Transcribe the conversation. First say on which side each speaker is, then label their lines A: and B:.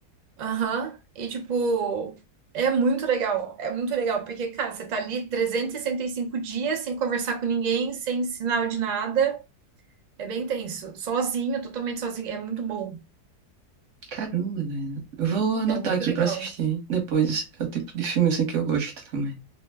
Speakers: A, on the right; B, on the right.
A: Aham. E, tipo, é muito legal. É muito legal, porque, cara, você tá ali trezentos e e sessenta e cinco dias sem conversar com ninguém, sem sinal de nada. É bem tenso. Sozinho, totalmente sozinho. É muito bom.
B: Caramba, né? Eu vou anotar
A: É muito
B: aqui
A: legal.
B: pra assistir depois. É o tipo de filme assim que eu gosto também.